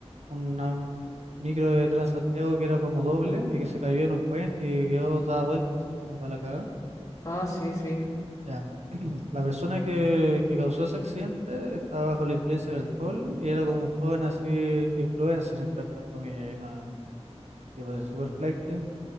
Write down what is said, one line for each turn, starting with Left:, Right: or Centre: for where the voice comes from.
Right: una micro de Transantiago que era como doble y que se cayó en un puente y quedó dada vuelta así como para la cagada.
Left: Ah, sí, sí.
Right: Ya. <clears throat> La persona que, que causó ese accidente estaba bajo la influencia del alcohol y era como un joven así, influencer, entre hartas comillas. era tipo de super flaite.